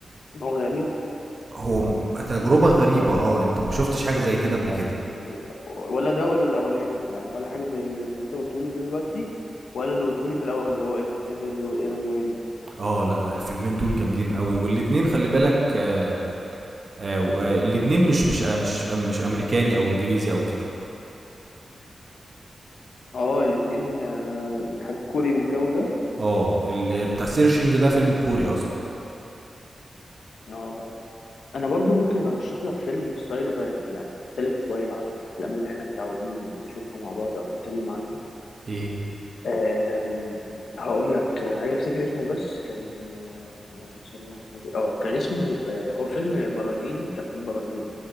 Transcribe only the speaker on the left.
نوع غريب
مم،
يعني
ولا ده ولا الاولاني يعني ولا حاجه زي اللي انت قلتولي ده دلوقتي ولا اللي قلتولي في الاول اللي هو everything every- everywhere ده
اه الاتنين آه، حاجة كوري والجو ده
اه انا برضو ممكن ارشح لك فيلم ستايله غير يعني مختلف شويه عن الافلام اللي احنا متعودين نشوفها مع بعض او نتكلم عنها
آم، هقول لك آه، عايز افتكر اسمه بس كان آه، اللهم صل على النبي اه كان اسمه آه، هو فيلم برازيلي كان في البرازيل